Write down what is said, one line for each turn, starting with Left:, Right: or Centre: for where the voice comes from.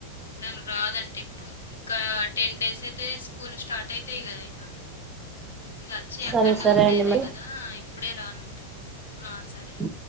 Left: తను రాదండి ఇప్పుడు ఇంకా టెన్ డేస్ అయితే స్కూల్ స్టార్ట్ అయితాయి కదా ఇంకా ఇంక వచ్చి
Right: సరే
Left: అక్కడ్నే
Right: సరే
Left: ఉండేదే
Right: అండి మరి
Left: కదా ఇప్పుడే రానంట ఆ సరే అండి.
Right: ఉ